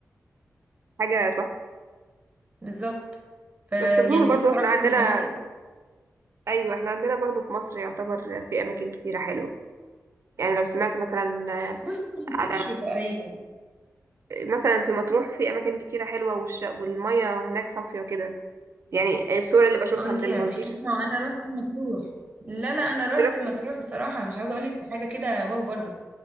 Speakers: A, on the right (about 55°); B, on the right (about 25°).
A: حاجة تحفة
B: بالظبط ف
A: بس اظن
B: يعني
A: برضو
B: دي بصراحه
A: احنا عندنا
B: من الاماكن
A: ايوه احنا عندنا برضو في مصر يعتبر في اماكن كتيره حلوه يعني لو سمعت مثلا
B: بصي ما انكرش
A: على
B: ده ايوه
A: مثلا في مطروح في اماكن كتيره حلوه والش... والميه هناك صافيه كده يعني الصور اللي بشوفها
B: اه انتي
A: من المالديف
B: هتحكي لنا وانا رحت مطروح لا لا انا رحت
A: رحت
B: مطروح بصراحه مش عاوزه اقول لك حاجه كده واو برضو